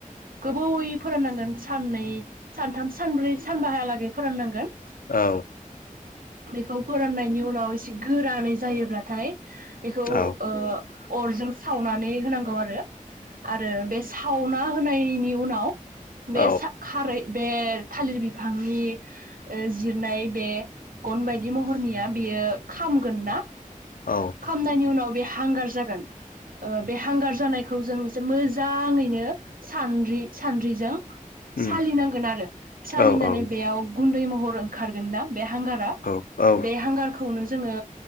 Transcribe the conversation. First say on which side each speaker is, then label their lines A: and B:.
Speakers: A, on the right; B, on the left.
A: गोबावयै फोराननांगोन, साननै सानथाम सानब्रै सानबाहहालागै फोराननांगोन।
B: औ।
A: बेखौ फोराननायनि उनाव एसे गोरानै जायोब्लाथाय। बेखौ
B: औ
A: अ अरजों सावनानै होनांगौ आरो। आरो बे सावना होनायनि उनाव। बे
B: औ
A: स खारै बे थालिर बिफांनि जिरनाय बे गन बायदि महरनिया। बेयो खामगोन ना।
B: औ
A: खामनायनि उनाव बे हांगार जागोन। ओ बे हांगार जानाय बेखौ जों एसे मोजाङैनो सानद्रि सानद्रिजों
B: उम
A: सालिनांगोन आरो सालिनानै
B: औ औ
A: बेयाव गुन्दै महर ओंखारगोन ना? बे हांगारा
B: औ औ
A: बे हांगारखौनो ज जोङो